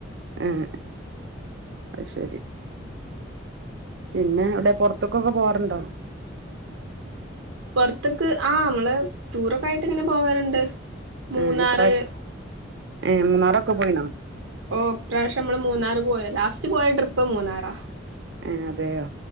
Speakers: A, on the right; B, on the right.
A: ആഹ് അത് ശെരി പിന്നെ അവ്ടെ പുറത്ത്ക്കൊക്കെ പോവാാറുണ്ടോ?
B: പുറത്ത്ക്ക് ആഹ് നമ്മള് ടൂറൊക്കെ ആയിട്ട് ഇങ്ങനെ പോകാറുണ്ട് മൂന്നാറ്
A: ആഹ് ഇപ്രാവശ്യം ഏ മറൊക്കോ പോയിന്നോ?
B: ഓ പ്രാവശ്യം നമ്മള് മൂന്നാറ് പോയ് ലാസ്റ്റ് പോയ ട്രിപ്പ് മൂന്നാറാ
A: ഏ അതെയോ